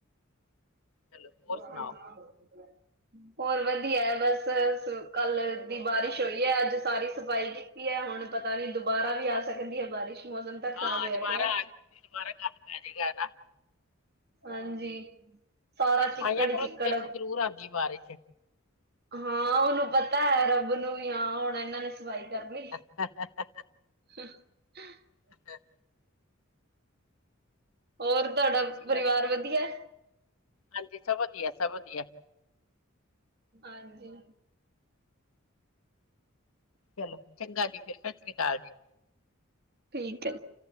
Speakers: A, on the left; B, on the right.
A: ਚਲੋ ਹੋਰ ਸੁਣਾਓ
B: ਆ <unintelligible> ਹੋਰ ਵਦੀਆ ਬਸ। ਸ ਕੱਲ ਦੀ ਬਾਰਿਸ਼ ਹੋਈ ਐ, ਅੱਜ ਸਾਰੀ ਸਫ਼ਾਈ। ਕੀ ਹੈ, ਹੁਣ ਪਤਾ ਨੀ ਦੁ ਬਾਰਾਂ
A: ਅੱਛਾ
B: ਵੀ ਆ ਸਕਦੀ ਏ ਬਾਰਿਸ਼। ਮੌਸਮ ਤਾਂ
A: ਹਾਂ
B: ਖ਼ਰਾਬ ਹੋਐਆ
A: ਦੁਬਾਰਾ
B: ਪਿਆ।
A: ਆ ਗਈ ਦੁਬਾਰਾ ਗੱਲ ਪੈ ਜਾਏਗਾ ਨਾ
B: ਹਾਂਜੀ। ਸਾਰਾ
A: ਤੇ ਸਫਾਈਆਂ
B: ਚਿੱਕੜ
A: ਕਰੋ
B: ਈ ਚਿੱਕੜ
A: ਤੇ ਫੇਰ ਤੇ ਜ਼ਰੂਰ ਆਂਦੀ ਹੈ ਬਾਰਿਸ਼।
B: ਹਾਂ ਉਨੂੰ ਪਤਾ ਐ ਰੱਬ ਨੂੰ ਵੀ, ਹਾਂ ਹੁਣ ਏਨਾਂ ਨੇ ਸਫਾਈ ਕਰਲੀ।
A: ਹ <unintelligible>
B: ਹ <unintelligible>
A: ਹੱ <unintelligible>
B: ਹੋਰ
A: ਚਲੋ
B: ਤੁਆਡਾ
A: ਅੱਛੀ
B: ਪਰਿਵਾਰ
A: ਗੱਲ ਹੈ
B: ਵਦੀਆ ਐ?
A: ਹਾਂਜੀ ਸਬ ਵਦੀਆ ਐ, ਸਬ ਵਦੀਆ ਐ।
B: ਹਾਂਜੀ।
A: ਚਲੋ ਚੰਗਾ ਜੀ। ਫੇਰ ਸਤਿ ਸ੍ਰੀ ਕਾਲ ਜੀ।
B: ਠੀਕ ਏ।